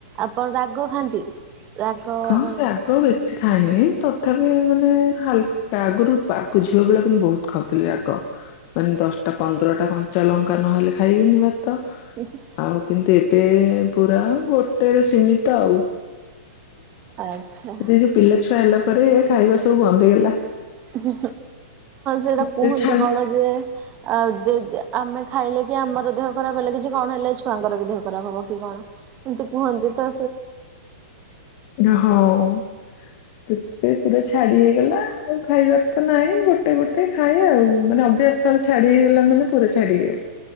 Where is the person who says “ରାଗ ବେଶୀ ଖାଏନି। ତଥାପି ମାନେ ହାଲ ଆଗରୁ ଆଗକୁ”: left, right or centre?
Left